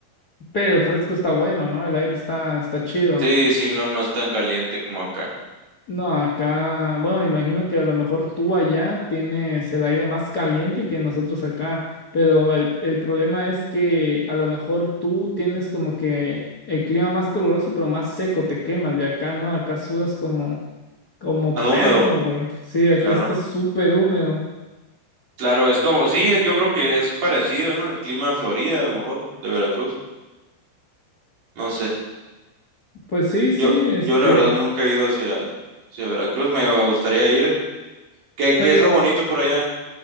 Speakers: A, on the left; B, on the right.
A: pero el fresco está bueno, ¿no? El aire está, está chido.
B: Sí, sí, no, no es tan caliente como acá.
A: No, acá, bueno, me imagino que a lo mejor tú allá tienes el aire más caliente que nosotros acá, pero el, el problema es que a lo mejor tú tienes como que el clima más caluroso, pero más seco, te quemas, y acá no, acá sudas como, como
B: Más
A: perro,
B: húmedo,
A: güey. Sí, acá
B: claro.
A: está súper húmedo.
B: Claro, es como, sí, yo creo que es parecido, ¿no? El clima de Florida, a lo mejor, de Veracruz. No sé.
A: Pues sí, sí,
B: Yo,
A: este.
B: yo la verdad nunca he ido hacia, hacia Veracruz. Me, me gustaría ir. ¿Qué,
A: pues
B: qué es lo bonito por allá?